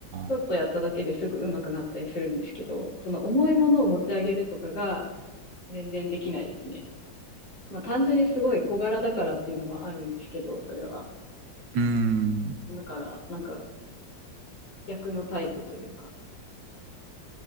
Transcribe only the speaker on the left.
ちょっとやっただけですぐ上手くなったりするんですけど、
その重いものを持ち上げるとかが全然できないですね。まあ単純にすごい小柄だからっていうのもあるんですけど、それは。
だから、なんか逆のタイプというか、